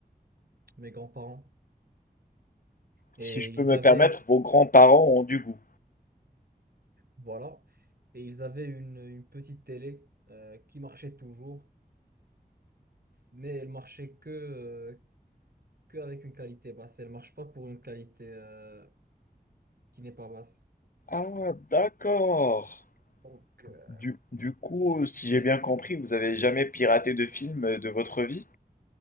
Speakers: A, on the right; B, on the left.
A: mes grands-parents. Et
B: Si je peux
A: ils
B: me
A: avaient,
B: permettre, vos grands-parents ont du goût.
A: voilà, et ils avaient une, une petite télé euh, qui marchait toujours, mais elle marchait que, euh, que avec une qualité basse. Elle marche pas pour une qualité euh, qui n'est pas basse.
B: Ah, d'accord.
A: Donc, euh,
B: Du, du coup, si j'ai bien compris, vous avez jamais piraté de film de votre vie?